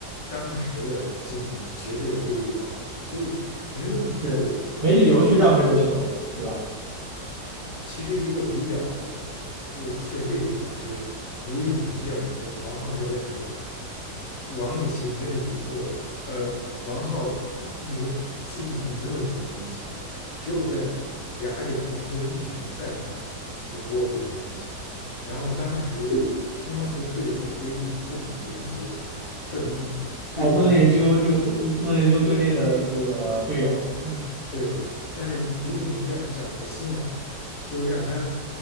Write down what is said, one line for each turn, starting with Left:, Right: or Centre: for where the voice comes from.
Left: 当时的经验绝对要优于王皓，所以没有理由
Right: 是没理由去让这个球，对吧？
Left: 其实一个比较有说服力的方法是吴敬平教练，就王浩教练说，王励勤没有赢过，呃，王浩那个近一年没有赢过王励勤，只有在雅典奥运会的预选赛上赢过一次王励勤。然后当时乒乓球队内规定不能研究，不能对内录
Right: 哦，不能研究这个队，你不能研究队内的这个队友。嗯。
Left: 对，但是吴敬平这样长了个心眼儿，就是让他